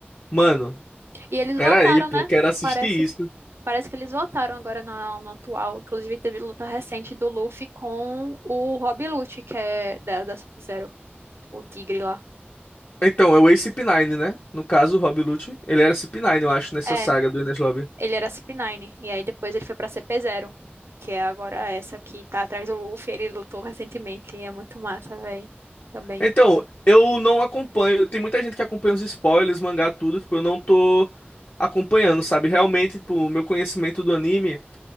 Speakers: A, on the left (about 50°); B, on the right (about 80°).
A: mano,
B: E eles
A: pera
B: voltaram,
A: aí, pô,
B: né?
A: quero assistir
B: Parece,
A: isso.
B: parece que eles voltaram agora na, no atual. Inclusive, teve luta recente do Luffy com o Rob Lute, que é da, da Sub-Zero, o tigre lá.
A: Então, é o Ace 9 né? No caso, o Rob Lucci, ele era Cip9, eu acho, nessa
B: É,
A: saga do Enies Lobby.
B: ele era CP9, e aí depois ele foi pra CP0, que é agora essa que tá atrás do Luffy, ele lutou recentemente, e é muito massa, velho, também.
A: Então, eu não acompanho. Tem muita gente que acompanha os spoilers, mangá, tudo. Tipo, eu não tô acompanhando, sabe? Realmente, tipo, o meu conhecimento do anime.